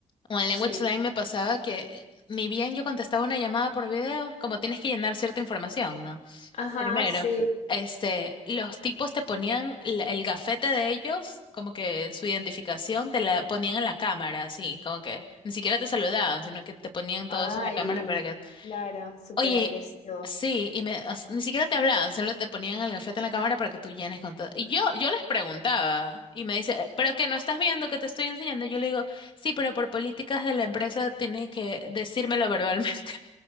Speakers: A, on the left (about 40°); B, on the left (about 65°).
A: O en
B: sí.
A: Language Line me pasaba que ni bien yo contestaba una llamada por video, como tienes que llenar cierta información, ¿no?
B: Ajá,
A: Primero,
B: sí.
A: este, los tipos te ponían l- el gafete de ellos, como que su identificación te la ponían en la cámara, así, como que ni siquiera te saludaban, sino que te ponían
B: Ay,
A: todos en la cámara para que,
B: claro, súper
A: oye,
B: agresivo.
A: sí, y me, o sea, ni siquiera te hablaban, solo te ponían el gafete en la cámara para que tú llenes con todo. Y yo, yo les preguntaba, y me dice, "Eh, pero que no estás viendo que te estoy enseñando. Yo le digo, sí, pero por políticas de la empresa tienes que decírmelo <laughs> verbalmente.